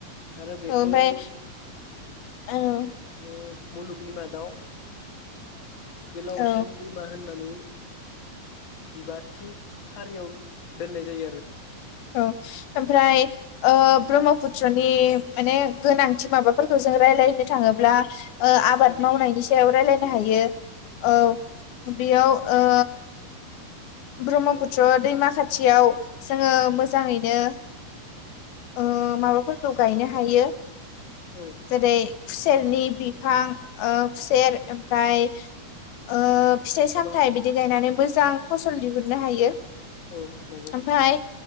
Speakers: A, on the left (about 55°); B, on the left (about 75°).
A: आरो बेखौ
B: ओमफ्राय ओ
A: ओ मुलुगनि मादाव गोलावसिन
B: औ
A: दैमा होननानै जिबाथि खारियाव दोननाय जायो आरो
B: औ ओमफ्राय ओ ब्रह्मपुत्रनि माने गोनांथि माबाफोरखौ जों रायज्लायनो थाङोब्ला ओ ओ आबाद
A: आरो औ
B: मावनायनि सायाव रायलायनो
A: आबाद मावनाय
B: हायो औ बेयाव ओ ब्रह्मपुत्र
A: आरो
B: दैमा खाथि थियाव जोङो मोजाङैनो ओ माबाफोरखौ गायनो हायो।
A: औ
B: जेरै खुसेरनि बिफां ओ खुसेर ओम फ्राय ओ फिथाइ
A: गोबां
B: सामथाइ बिदि गायनानै मोजां फसल दिहुननो हायो।
A: औ नंगौ
B: ओमफाय